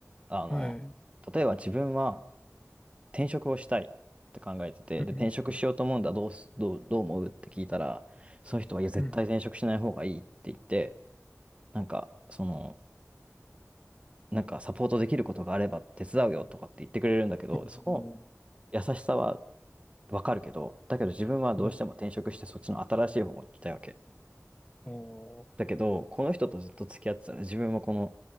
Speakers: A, on the right; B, on the left.
A: あの、
B: はい。
A: 例えば自分は転職をしたいって考えてて、
B: うん。
A: で、転職しようと思うんだ、どうす、どう、どう思うって聞いたら、その人は、いや、絶対転職しない方がいいって言って、
B: うん。
A: なんか、その、なんかサポートできることがあれば手伝うよとかって言ってくれるんだけど、
B: あの、
A: その優しさはわかるけど、だけど自分はどうしても転職してそっちの新しい方に行きたいわけ。
B: いやあー
A: だけど、この人とずっと付き合ってたら自分はこの